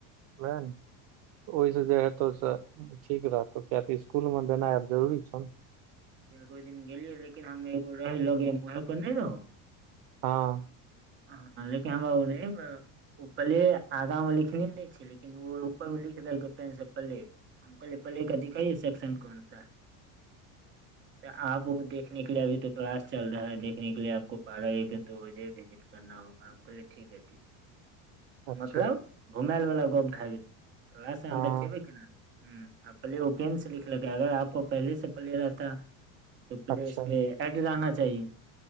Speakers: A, on the right; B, on the right.
A: उहा न ओहिसँ जे हेतौ से ठीक रहतौ किय तऽ इसकुलमे देनाइ आब जरूरी छौ न
B: कोइ दिन गेलिय लेकिन हम एगो रह लोगे वह पर नहि रहौ
A: हां
B: हँ लेकिन हमरा ओ पले आगा मे लिखने नहि छलै। लेकिन ओ ऊपर मे लिख देलकै तैसे पले हम कहले पले के दिखाइ से्क्शन कोन सा है तऽ आब ओ देखने के लए अभी तो क्लास चल रहा है देखने के लि आपको बारह एक दो बजे विजिट करना होगा हम कहलिऐ ठीक ह ठीक
A: अच्छा
B: मतलब घुमाय वला गप भए गेल तऽ एहसँ अहाँ
A: हँ
B: देखेबे केना हुँ प्ले ओ पेन से लिखलकै अगर आपको पहले से प्ले रहता त पेलेस
A: अच्छा
B: पे एड लाना चाहिए